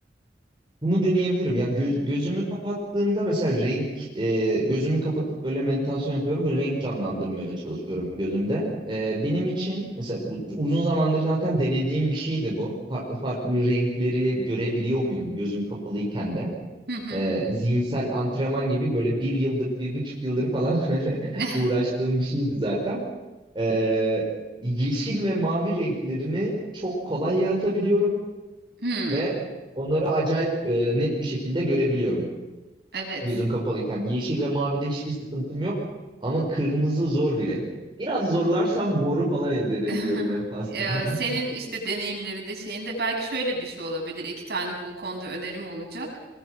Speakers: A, on the right; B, on the right.
A: Bunu deneyebilirim. Ya göz, gözümü kapattığımda mesela renk e, gözümü kapatıp böyle meditasyon yapıyorum ve renk canlandırmaya çalışıyorum gözümde. E, benim için mesela bu, uzun zamandır zaten denediğim bir şeydi bu. Farklı farklı renkleri görebiliyor muyum gözüm kapalıyken de?
B: Hı hı.
A: E, zihinsel antrenman gibi böyle bir yıldır, bir buçuk yıldır falan <laughs> böyle
B: <laughs>
A: uğraştığım bir şeydi zaten. E, yeşil ve mavi renklerini çok kolay yaratabiliyorum
B: Hmm,
A: ve onları acayip e, net bir şekilde görebiliyorum
B: evet.
A: gözüm kapalıyken. Yeşil ve mavide hiçbir sıkıntım yok ama kırmızı zor bir renk. Biraz zorlarsam moru falan elde edebiliyorum
B: <laughs>
A: en fazla.
B: Eee, senin işte deneyimlerinde şeyinde belki şöyle bir şey olabilir. İki tane bu konuda önerim olacak.